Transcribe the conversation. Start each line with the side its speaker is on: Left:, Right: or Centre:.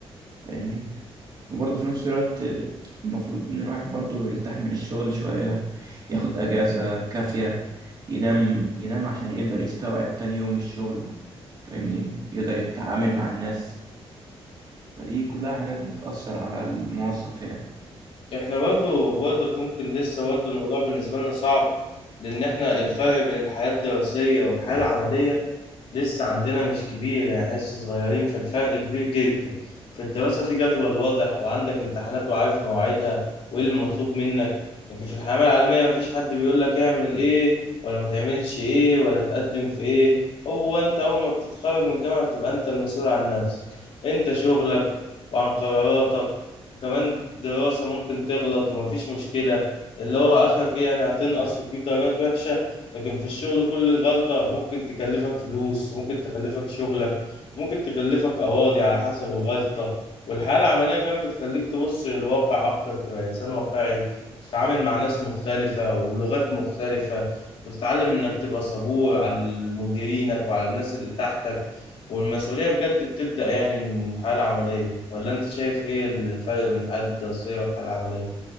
Right: فاهمني وبرضه في نفس الوقت المفروض ان الواحد برضه يرتاح من الشغل شوية ياخد اجازة كافية ينام ينام عشان يقدر يستوعب تاني يوم الشغل فاهمني يقدر يتعامل مع الناس فدي كلها حاجات بتأثر على الموظف يعني
Left: احنا برضو برضك ممكن لسه برضو الموضوع بالنسبة لنا صعب لأن احنا الفرق بين الحياة الدراسية والحياة العملية لسه عندنا مش كبير يعني إحنا لسه صغيرين فالفرق كبير جدا في الدراسة في جدول واضح وعندك امتحانات وعارف مواعيدها وإيه اللي مطلوب منك لكن في الحياة العملية مفيش حد بيقول لك اعمل إيه ولا ما تعملش إيه ولا تقدم في إيه هو أنت أول ما بتتخرج من الجامعة بتبقى أنت المسؤول عن نفسك أنت شغلك وعن قراراتك وكمان دراسة ممكن تغلط ومفيش مشكلة اللي هو آخرك إيه يعني هتنقص وتجيب درجات وحشة لكن في الشغل كل غلطة ممكن تكلفك فلوس ممكن تكلفك شغلك ممكن تكلفك قواضي على حسب الغلطة والحياة العملية كمان بتخليك تبص للواقع أكتر تبقى إنسان واقعي وتتعامل مع ناس مختلفة ولغات مختلفة وتتعلم إنك تبقى صبور على مديرينك وعلى الناس اللي تحتك والمسؤولية بجد بتبدأ يعني من حالة عملية ولا أنت شايف إيه الفرق بين الحالة الدراسية والحالة العملية؟